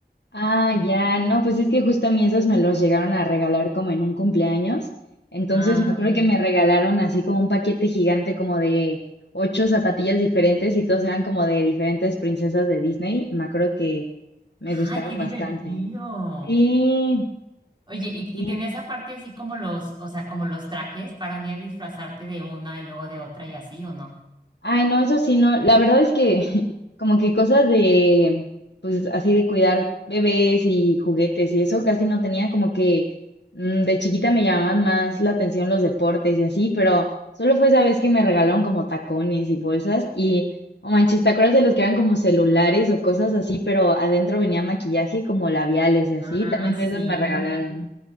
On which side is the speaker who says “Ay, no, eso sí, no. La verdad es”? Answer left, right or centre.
Left